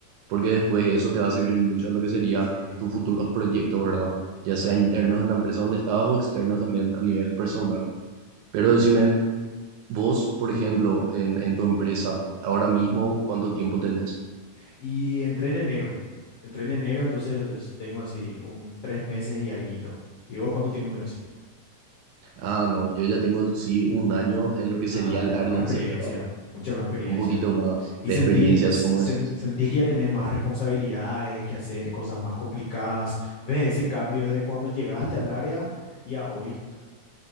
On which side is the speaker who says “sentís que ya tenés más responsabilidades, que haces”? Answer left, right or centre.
Left